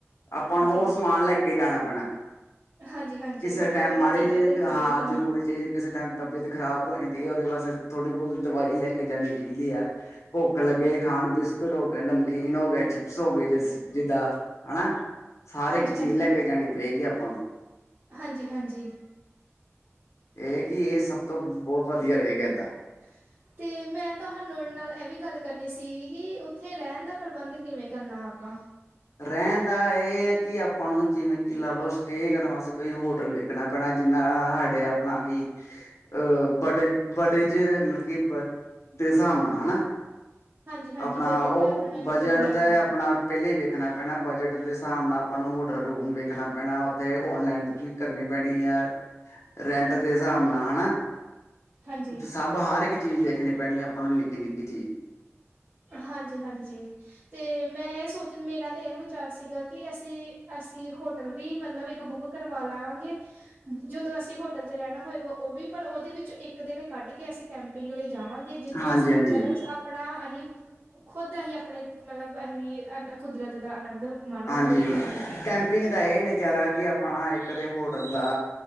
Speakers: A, on the left; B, on the right.
A: ਆਪਾਂ
B: ਹਾਂਜੀ
A: ਨੂੰ ਉਹ ਸਮਾਨ ਲੈ ਕੇ ਜਾਣਾ ਪੈਨੈ।
B: ਹਾਂਜੀ-ਹਾਂਜੀ
A: ਕਿਸੇ
B: ਵਰਤੋਂ
A: ਟੈਮ
B: ਵਾਲੀਆਂ
A: ਮਾੜੇ
B: ਚੀਜ਼ਾਂ ਤਾਂ
A: ਜੇ ਹਾਂ
B: ਚਾਹੀਦੀਆਂ ਹੀ
A: ਜ਼ਰੂਰ
B: ਆ
A: ਚਾਹੀ ਕਿਸੇ ਟੈਮ। ਤਬੀਅਤ ਖਰਾਬ ਹੋ ਜਾਂਦੀ ਔਦੇ ਵਾਸਤੇ ਥੋੜੀ ਬਹੁਤ ਦਵਾਈ ਲੈ ਕੇ ਜਾਣੀ ਚੀਦੀਆ। ਭੁੱਖ ਲੱਗੇ ਖਾਣ ਬਿਸਕੁਟ ਹੋ ਗੇ, ਲਮਕੀਨ ਹੋ ਗੇ, ਚਿਪਸ ਹੋ ਗੇ ਜਿਸ ਜਿੱਦਾਂ ਹਨਾ। ਸਾਰੇ
B: ਹਾਂਜੀ-ਹਾਂਜੀ
A: ਇੱਕ ਚੀਜ਼ ਲੈ ਕੇ ਜਾਣੀ ਪਏਗੀ ਆਪਾਂ ਨੂੰ।
B: ਹਾਂਜੀ-ਹਾਂਜੀ
A: ਇਹ ਕਿ, ਇਹ ਸਭ ਤੋਂ ਬਹੁਤ ਵਧੀਯਾ ਰਹੇਗਾ ਏਦਾਂ।
B: ਹਾ <unintelligible> ਤੇ ਮੈਂ ਤੋਹਾਨੂੰ ਨਾਲ ਇਹ ਵੀ ਗੱਲ ਕਰਨੀ ਸੀ ਕਿ ਉਥੇ ਰਹਣ ਦਾ ਪ੍ਰਬੰਧ ਕਿਵੇਂ ਕਰਨਾ ਆਪਾਂ।
A: ਰਹਣ ਦਾ ਏਹ ਹੈ ਕਿ ਆਪਾਂ ਨੂੰ ਜਿਵੇਂ ਕਿ ਲਾ ਲੋ ਸਟੇਅ ਕਰਨ ਵਾਸਤੇ ਕੋਈ ਹੋਟਲ ਵੇ ਕਣਾ ਪੈਣਾ ਜਿੰਨਾ ਹਾਡੇ ਆਪਣਾ ਕੀ ਅ ਵਡੇ ਵਡੇ ਜਿ ਮਤਲਬ ਕਿ ਦੇ ਹਿਸਾਬ ਨਾਲ ਹਨਾ <unintelligible>
B: ਹਾਂਜੀ-ਹਾਂਜੀ
A: ਆਪਣਾ
B: ਬਜਟ
A: ਉਹ
B: ਤਾਂ ਆਪਣੇ ਨੂੰ
A: ਬਜਟ
B: ਵੇਖਣਾ
A: ਤੇ
B: ਪੈਣਾ ਵਾ
A: ਅਪਣਾ ਪਹਿਲੇ ਹੀ ਵੇਖਣਾ ਪੈਨੈ ਬਜਟ ਦੇ ਹਿਸਾਬ ਨਾਲ ਆਪਾਂ ਨੂੰ ਹੋਟਲ ਰੂਮ ਵੇਖਣਾ ਪੈਨੈ ਉਥੇ ਔਨਲਾਈਨ ਬੁਕਿੰਗ ਤੇ ਕਰਨੀ ਪੈਣੀ ਐ। ਰੈਂਟ ਦੇ ਹਸਾਬ ਨਾ ਹੈਨਾ।
B: ਹਾਂਜੀ
A: ਸਭ ਹਰ ਇੱਕ ਚੀਜ਼ ਵੇਖਣੀ ਪੈਣੀ ਐ ਆਪਾਂ ਨੂੰ ਨਿੱਕੀ- ਨਿੱਕੀ ਚੀਜ਼।
B: ਹਾਂਜੀ- ਹਾਂਜੀ। ਤੇ ਮੈਂ ਏਹ ਸੋਚਣ ਮੇਰਾ ਤੇ ਏਹ ਵਿਚਾਰ ਸੀਗਾ ਕਿ ਅਸੀ- ਅਸੀ ਹੋਟਲ ਵੀ ਮਤਲਬ ਇੱਕ ਬੁੱਕ ਕਰਵਾ ਲਾਂਗੇ। ਜਦੋਂ ਅਸੀ ਹੋਟਲ ਚ ਰਹਣਾ ਹੋਏਗਾ ਉਹ ਵੀ ਪਰ ਉਦੇ ਵਿੱਚ ਇੱਕ ਦਿਨ ਕੱਢ ਕੇ ਅਸੀ ਕੈਂਪਿੰਗ ਲਈ ਜਾਵਾਂਗੇ। ਕਿ ਜਿੱਥੇ
A: ਹਾਂਜੀ
B: ਅਸੀ
A: ਹਾਂਜੀ
B: ਮਤਲਬ ਆਪਣਾ ਅਹੀ ਖੁਦ ਅਹੀ ਅਪਣੇ ਮਤਲਬ ਅਹੀ ਅ ਕੁਦਰਤ ਦਾ ਆਨੰਦ ਮਾਣਾਂਗੇ
A: ਹਾਂਜੀ।
B: ਕਿ ਅਸੀਂ
A: ਕੈਮ ਇਗ ਦਾ ਏਹ ਨਜ਼ਾਰਾ ਕਿ ਆਪਣਾ ਇੱਕ ਤੇ ਹੋਟਲ ਦਾ